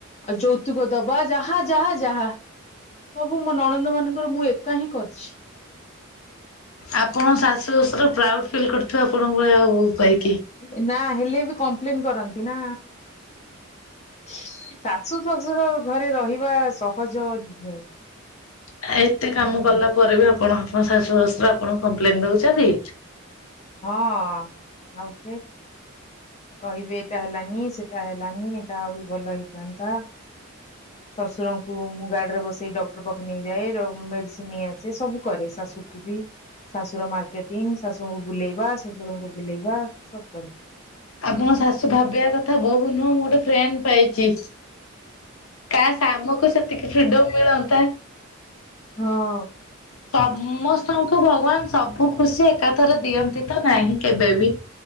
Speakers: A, on the left (about 30°); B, on the left (about 80°).
A: ଆଉ ଯୌତୁକ ଦବା ଯାହା ଯାହା ଯାହା। ସବୁ ମୋ ନଣନ୍ଦ ମାନଙ୍କର ମୁଁ ଏକା ହିଁ କରିଛି।
B: ଆପଣ ଶାଶୁ ଶଶୁର ପ୍ରାଉଡ ଫିଲ୍ କରିଥିବେ ଆପଣଙ୍କ ଭଳିଆ ବୋହୁ ପାଇ।
A: ଏ ନା ହେଲେ ବି କମ୍ପ୍ଲେନ୍ କରନ୍ତି ନା। ଶାଶୁ ଶଶୁର ଘରେ ରହିବା ସହଜ ନୁହେଁ।
B: ଆ, ଏତେ କାମ
A: ହୁଁ।
B: କଲା ପରେ ବି ଆପଣ ଆପଣଙ୍କ ଶାଶୁ ଶଶୁର ଆପଣ କମ୍ପ୍ଲେନ୍ ଦଉଚନ୍ତି?
A: ହଁ ଆଉ ଫେର୍। କହିବେ ଏଟା ହେଲାନି। ସେଟା ହେଲାନି। ଏଟା ଆହୁରି ଭଲ ହେଇଥାନ୍ତା। ଶଶୁରଙ୍କୁ ମୁଁ ଗାଡି ରେ ବସେଇ ଡକ୍ଟର୍ ପାଖକୁ ନେଇଯାଏ। ମେଡିସିନ୍ ନେଇ ଆସେ ସବୁ କରେ। ସ ଶାଶୁକୁ ବି ଶାଶୁର ମାର୍କେଟିଂ। ଶାଶୁଙ୍କୁ ବୁଲେଇବା। ଶଶୁରଙ୍କୁ ବୁଲେଇବା ସବୁ କରେ।
B: ଆପଣଙ୍କ ଶାଶୁ ଭାବିବା କଥା ବୋହୁ ନୁହଁ ମୁଁ ଗୋଟେ ଫ୍ରେଣ୍ଡ୍ ପାଇଚି। କାସ୍ ଆମକୁ ସେତିକି ଫ୍ରିଡମ୍ ମିଳନ୍ତା।
A: ହଁ
B: ସମସ୍ତଙ୍କୁ ଭଗବାନ ସବୁ ଖୁସି ଏକାଥରେ ଦିଅନ୍ତି ତ ନାହିଁ କେବେବି।